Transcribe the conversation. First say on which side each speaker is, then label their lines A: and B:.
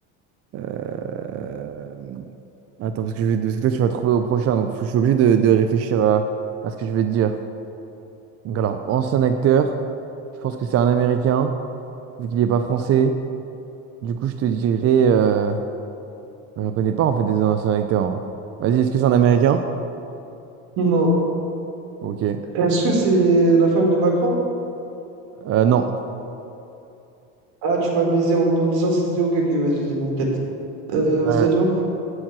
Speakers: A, on the right; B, on the right.
A: euh, Attends, parce que, je vais... parce que toi, tu vas trouver au prochain, donc faut- je suis obligé de, de réfléchir à... à ce que je vais te dire. Donc, alors, ancien acteur, je pense que c'est un Américain, vu qu'il n'est pas français. Du coup, je te dirais. Euh... bah, J'en connais pas, en fait, des anciens acteurs. hein. Vas-y, est-ce que c'est un Américain?
B: Non.
A: Ok.
B: Est-ce que c'est la femme de Macron?
A: Euh, non.
B: Ah, tu m'as baisé en, en disant c'est. Ok, ok, vas-y, vas-y, nickel. Euh, vas-y
A: Euh,
B: à toi.